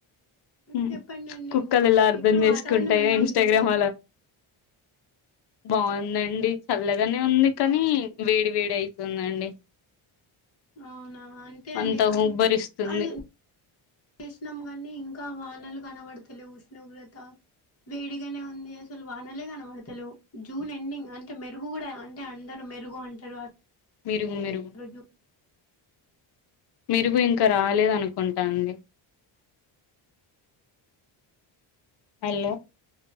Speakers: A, on the left (about 55°); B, on the left (about 30°).
A: హ్మ్.
B: చేపండండి
A: కుక్కలు
B: ఇంకా
A: ఎలా
B: మరి
A: అర్థం
B: ఇప్పుడు
A: చేసుకుంటాయో
B: వాతావరణం ఎలా
A: ఇన్స్టాగ్రామ్
B: ఉందండి
A: బావుందండి చల్లగానే ఉంది కానీ వేడి వేడి అయితుందండి
B: అవునా అంతే అండి
A: అంత
B: ఇగ
A: ఉబ్బరిస్తుంది
B: అది చేసినాం గానీ ఇంకా వానలు కనబడ్తలేవ్ ఉష్ణోగ్రత వేడిగానే ఉంది అసలు వానలే కనబడతలేవ్ జూన్ ఎండింగ్ అంటే మెరుగు కూడా అంటే అందురు మెరుగు అంటారు
A: మిరుగు మిరుగు
B: రోజు
A: మిరుగు ఇంకా రాలేదు అనుకుంటాండి హలో